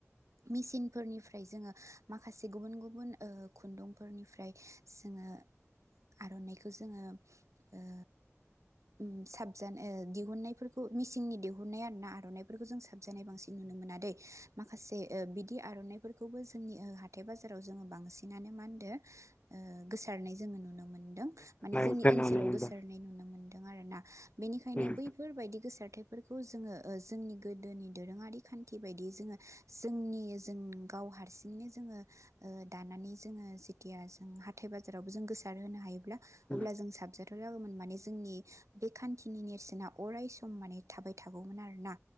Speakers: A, on the right; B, on the left.
A: मेसिनफोरनिफ्राय जोङो माखासे गुबुन गुबुन ओ खुन्दुंफोरनिफ्राय जोङो आर'नाइखौ जोङो ओ उम साबजान ओ दिहुननायफोरखौ मेसिननि दिहुननाय आरोना आर'नाफोरखौ जों जानाय बांसिन नुनो मोनादै माखासे ओ बिदि आर'नाइफोरखौबो जोंनि ओ हाथाय बाजाराव जोङो बांसिनानो मा होनदो ओ गोसारनाय जोङो नुनो मोन्दों माने जोंनि
B: खोनानो
A: ओनसोलाव
B: मोनदों
A: गोसारनाय नुनो मोनदो दों आरोना बेनिखायनो
B: उम
A: बैफोरबायदि गोसारथाइ फोरखौ जोङो ओ जोंनि गोदोनि दोरोङारि खान्थि बायदियै जोङो जोंनि जों गाव हारसिङैनो जोङो ओ दानानै जोङो जेथिया जों हाथाय बाजारावबो जों गोसार होनो हायोब्ला
B: उम
A: अब्ला जों साबजेक्ट थ जागौमोन माने जोंनि बे खान्थिनि नेरसोन अराय सम माने थाबाय थागौमोन आरोना।